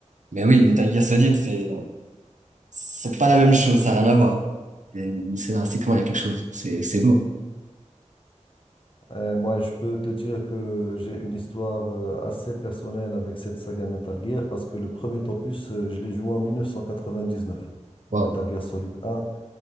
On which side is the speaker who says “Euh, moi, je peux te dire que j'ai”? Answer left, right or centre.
Left